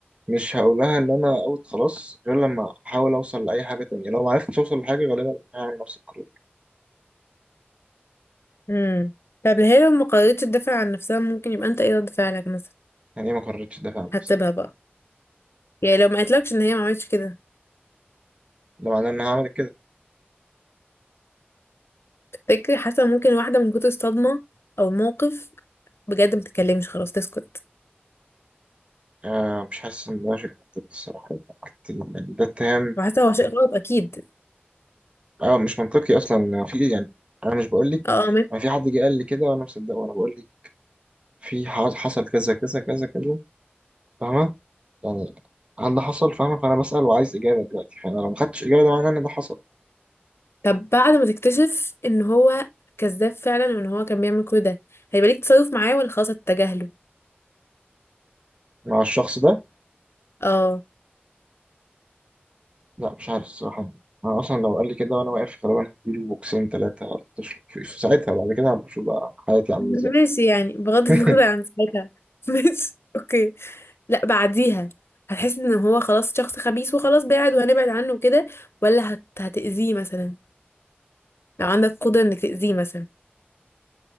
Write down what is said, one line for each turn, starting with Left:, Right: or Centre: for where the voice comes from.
Right: مش هقول لها ان انا اوت خلاص غير لما احاول اوصل لاي حاجه تانية لو ما عرفتش اوصل لحاجه غالبا هعمل نفس القرار
Left: امم طب هي لو ما قررتش تدافع عن نفسها ممكن يبقى انت ايه رد فعلك مثلا
Right: يعني هي ما قررتش تدافع عن
Left: هتسيبها
Right: نفسها
Left: بقى يعني لو ما قالتلكش ان هي ما عملتش كده
Right: ده معناه ان أنا هعمل كده
Left: تفتكري حاسه ممكن واحده من كتر الصدمه او الموقف بجد ما تتكلمش خلاص تسكت
Right: آه مش حاسس ان ده شيء منطقي الصراحه كنت- يعني ده اتهام
Left: وحاسه هو شيء غلط اكيد
Right: اه مش منطقي اصلا في ايه يعني انا مش بقول لك
Left: اه 100%
Right: انا في حد جه قال لي كده وانا مصدقه وانا بقول لك في ح- حصل كذا كذا كذا كذا فاهمة يعني هل ده حصل فاهمة فأنا بسأل وعايز إجابة دلوقتي فأنا لو ما خدتش إجابة ده معناه إن ده حصل
Left: طب بعد ما تكتشف ان هو كذاب فعلا وان هو كان بيعمل كل ده هيبقى ليك تصرف معاه ولا خلاص هتتجاهله
Right: مع الشخص ده
Left: اه
Right: لا مش عارف الصراحة أنا أصلا لو قال لي كده وأنا واقف غالبا هديله بوكسين تلاتة تش- في في ساعتها بعد كده هبقى أشوف بقى حياتي
Left: <laughs>
Right: عاملة إزاي
Left: ماشي يعني بغض
Right: <laughs>
Left: النظر عن ساعتها <laughs> ماشي اوكي لا بعديها هتحس ان هو خلاص شخص خبيث وخلاص بعد وهنبعد عنه وكده ولا هت... هتأذيه مثلا لو عندك قدرة انك تأذيه مثلا